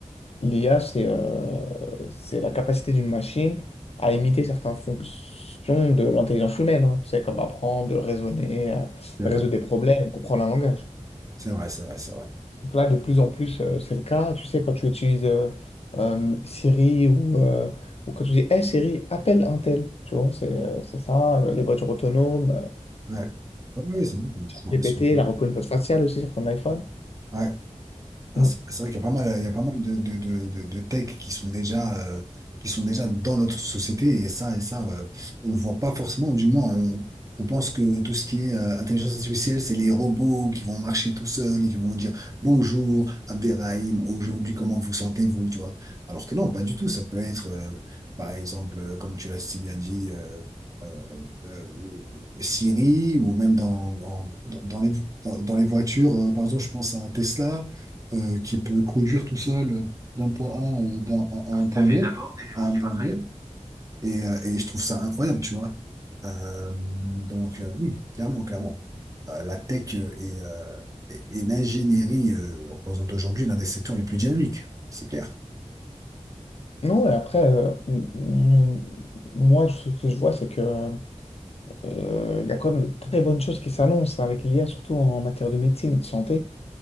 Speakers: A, on the left; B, on the right.
A: l'IA, c'est euh, c'est la capacité d'une machine à imiter certaines fonctions de l'intelligence humaine. hein. Tu sais, comme apprendre, raisonner, euh,
B: C'est
A: résoudre
B: vrai.
A: des problèmes, comprendre un langage.
B: c'est vrai, c'est vrai, c'est vrai.
A: Donc là, de plus en plus, euh, c'est le cas. Tu sais, quand tu utilises euh, euh, Siri ou, euh, ou quand tu dis, Hey Siri, appelle un tel, tu vois, c'est euh, c'est ça, euh, les voitures autonomes.
B: Ouais, ouais, ouais, c'est vrai. ouais, Ils sont-
A: GPT,
B: ils
A: la reconnaissance faciale aussi sur ton iPhone.
B: Ouais. Hein,
A: Mm.
B: c'est c'est vrai qu'il y a pas mal, il y a pas mal de, de, de, de, de tech qui sont déjà, euh, qui sont déjà dans notre société et ça, et ça euh, on ne voit pas forcément, du moins, on, on pense que tout ce qui est euh, intelligence artificielle, c'est les robots qui vont marcher tout seuls et qui vont dire bonjour Abderrahim, aujourd'hui, comment vous sentez-vous, tu vois? Alors que non, pas du tout. Ça peut être, euh, par exemple, euh, comme tu l'as si bien dit, euh, euh, euh, Siri ou même dans, dans, dans dans les, dans, dans les voitures, euh, par exemple, je pense à Tesla euh, qui peut conduire tout seul euh, d'un point A, euh, d'un, à à un point B, à un point B. Et, euh, et je trouve ça incroyable, tu vois. Euh, donc, euh, oui, clairement, clairement. Euh, la tech euh, et, euh, et- et l'ingénierie euh, représentent aujourd'hui l'un des secteurs les plus dynamiques, c'est clair.
A: Non, et après, euh, mm, mm, moi, ce que je vois, c'est que euh, euh, il y a quand même de très bonnes choses qui s'annoncent avec l'IA, surtout en matière de médecine et de santé.